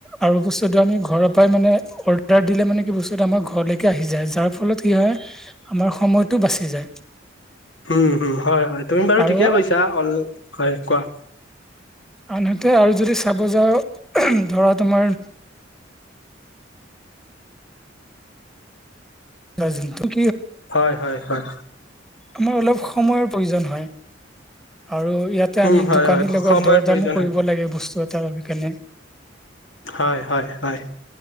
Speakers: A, in the centre; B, on the left.
A: আৰু বস্তুটো আমি ঘৰৰ মানে, অৰ্ডাৰ দিলে মানে, কি বস্তুটো আমাৰ ঘৰলেকে আহি যায়। যাৰ ফলত কি হয়, আমাৰ সময় বাচি যায়।
B: উম, হু! হয়, হয়। তুমি বাৰু
A: আৰু
B: ঠিকে কৈছা। অল হয়, কোৱা?
A: আনহাতে আৰু যদি চাব যাওঁ, ধৰা তোমাৰ <unintelligible>
B: হয়, হয়, হয়।
A: আমাৰ অলপ সময়ৰ প্ৰয়োজন হয়। আৰু ইয়াতে,
B: উম
A: আমি
B: হয়
A: দোকানীৰ
B: হয়
A: লগত
B: সময়ৰ
A: দৰ
B: প্ৰয়োজন
A: দামো কৰিব
B: হয়
A: লাগে বস্তু। কেনে
B: হয়, হয়, হয়।